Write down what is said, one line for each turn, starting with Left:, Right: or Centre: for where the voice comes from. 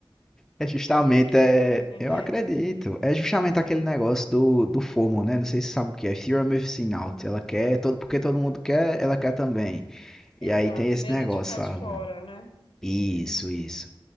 Centre: É justamente,
Left: Você acredita
Centre: é,
Left: num trem
Centre: eu
Left: desse?
Centre: acredito, é justamente aquele negócio do, do FOMO, né? Não sei se você sabe o que é, Fear of Missing Out. Ela quer, todo, porque todo mundo quer, ela quer também.
Left: Exato,
Centre: E aí tem esse
Left: medo
Centre: negócio,
Left: de ficar
Centre: sabe?
Left: de fora, né?
Centre: Isso, isso.